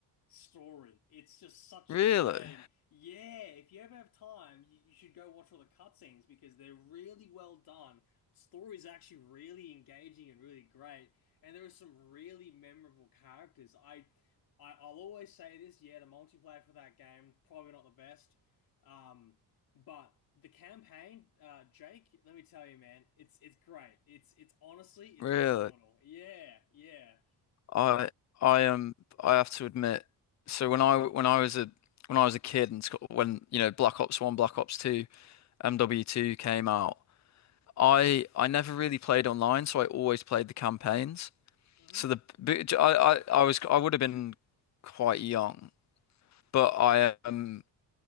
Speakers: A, on the left; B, on the left.
A: story. It's just such
B: Really,
A: a shame. Yeah, if you ever have time, you, you should go watch all the cutscenes because they're really well done. Story is actually really engaging and really great, and there are some really memorable characters. I, I I'll always say this. Yeah, the multiplayer for that game probably not the best. Um, but the campaign, uh, Jake, let me tell you, man, it's it's great. It's it's honestly, it's
B: really.
A: phenomenal. Yeah, yeah.
B: I I am I have to admit, so when I when I was a when I was a kid and Scot- when you know Black Ops 1, Black Ops 2, MW2 came out, I I never really played online, so I always played the campaigns.
A: hmm
B: So the but I I, I was I would have been quite young, but I um